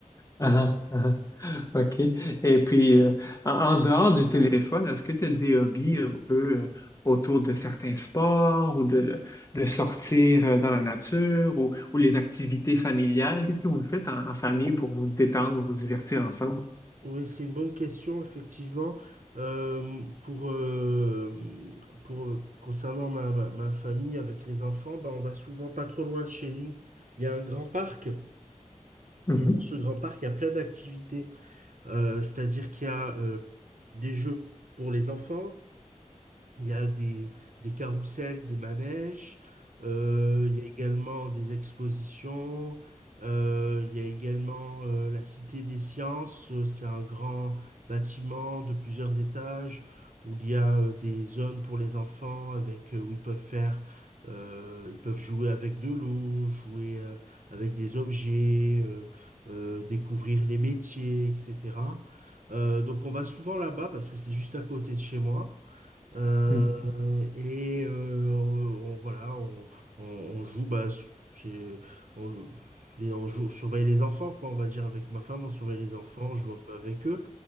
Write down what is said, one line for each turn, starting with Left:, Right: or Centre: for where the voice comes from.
Left: Ah, ah, ah, OK. Et puis, euh, en, en dehors du téléphone, est-ce que tu as des hobbies un peu euh, autour de certains sports ou de, le- de sortir euh, dans la nature ou, ou les activités familiales? Qu'est-ce que vous faites en, en famille pour vous détendre, vous divertir ensemble?
Right: Oui, c'est une bonne question, effectivement. Euh, pour, euh, pour, euh, concernant ma, ma, ma famille avec les enfants, ben, on va souvent pas trop loin de chez nous. Il y a un grand parc,
Left: Mhm.
Right: et dans ce grand parc, il y a plein d'activités. Euh, c'est-à-dire qu'il y a euh, des jeux pour les enfants, il y a des, des carrousels, des manèges, euh, il y a également des expositions, euh, il y a également euh, la Cité des Sciences, euh, c'est un grand bâtiment de plusieurs étages où il y a euh, des zones pour les enfants avec, euh, où ils peuvent faire, euh, ils peuvent jouer avec de l'eau, jouer euh, avec des objets, euh, euh, découvrir les métiers, etc. Euh, donc on va souvent là-bas parce que c'est juste à côté de chez moi. Euh,
Left: Mhm.
Right: et euh, on, voilà, on, on- on joue, bah, c'est, on, les- on joue, on surveille les enfants, quoi, on va dire avec ma femme, on surveille les enfants, on joue un peu avec eux.